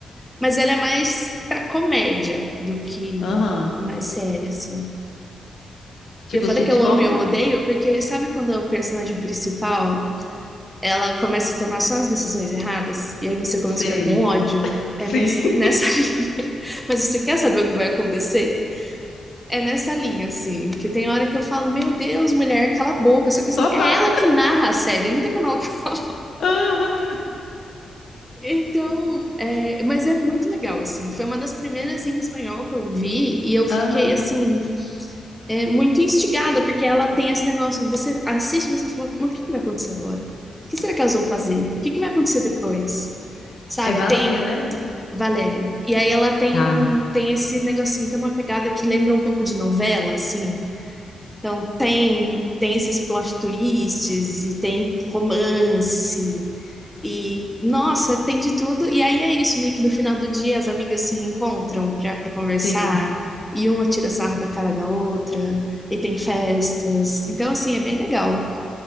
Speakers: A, in the centre; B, on the left.
A: mas ela é mais pra comédia do que
B: Aham.
A: mais séria, assim.
B: Tipo
A: Eu falei
B: sitcom?
A: que eu amo e eu odeio porque sabe quando a personagem principal, ela começa a tomar só as decisões erradas e aí você começa
B: Sei.
A: a ficar com ódio? É
B: Sim.
A: nesse, nessa
B: <laughs>
A: <laughs> linha. Mas você quer saber o que vai acontecer? É nessa linha, assim. Porque tem hora que eu falo, meu Deus, mulher, cala a boca. Só que, assim,
B: Só para.
A: é ela que narra a série, não tem como ela. <laughs>
B: Aham.
A: Então, é, mas é muito legal, assim. Foi uma das primeiras em espanhol que eu vi e eu fiquei,
B: Aham.
A: assim, é, muito instigada, porque ela tem esse negócio de você assiste e você fala, mas o que, que vai acontecer agora? O que será que elas vão fazer? O que, que vai acontecer depois? Sabe?
B: É Valéria,
A: Tem
B: né?
A: Valéria. E aí ela tem
B: Tá,
A: um tem esse negocinho, tem uma pegada que lembra um pouco de novela, assim. Então tem tem esses plot twists e tem romance e, nossa, tem de tudo. E aí é isso, meio que no final do dia as amigas se reencontram pra, pra conversar,
B: sim.
A: e uma tira sarro da cara da outra, e tem festas. Então, assim, é bem legal.